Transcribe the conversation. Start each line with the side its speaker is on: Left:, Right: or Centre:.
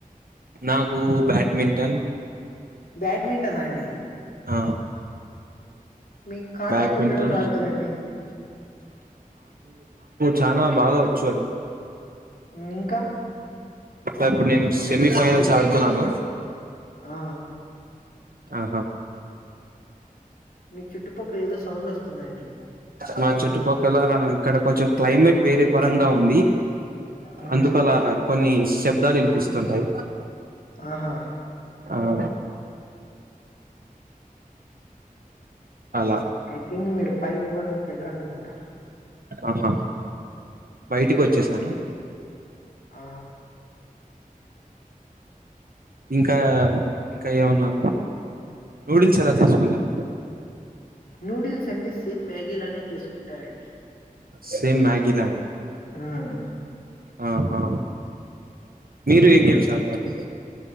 Right: నాకు బడ్మింటన్
Left: బ్యాడ్మింటన్ ఆ అండి
Right: ఆ
Left: మీకు కాకే
Right: బ్యాడ్మింటన్
Left: కొట్టడం రాదు కదండి
Right: చాలా బాగా వచ్చు అది
Left: ఇంకా
Right: అ ఇప్పుడు నేను సెమీఫైనల్స్ ఆడుతున్నాను
Left: ఆ
Right: ఆహా
Left: మీ చుట్టుపక్కల ఏదో సౌండ్ వస్తుందండి
Right: మా చుట్టుపక్క ఇలా ఇక్కడ కొంచెం క్లైమేట్ వేరే పరంగా ఉంది
Left: మ్మ్
Right: అందుకు అలా కొన్ని శబ్దాలు వినిపిస్తుంటాయి
Left: ఆహా
Right: ఆ <inaudible> అలా
Left: ఐ థింక్ మీరు పైకి పోవడం బెటర్ అనుకుంటా
Right: ఆహా బయటికి వచ్చేసాను
Left: ఆ
Right: ఇంకా ఇంకా ఏమన్నా నూడిల్స్ ఎలా చేసుకుంటారు
Left: నూడిల్స్ అంటే సేమ్ మ్యాగీలానే చేసుకుంటారండి
Right: సేమ్ మ్యాగీలాగనే
Left: ఉన్నాను
Right: ఆహా మీరు ఏ గేమ్స్ ఆడతారాండి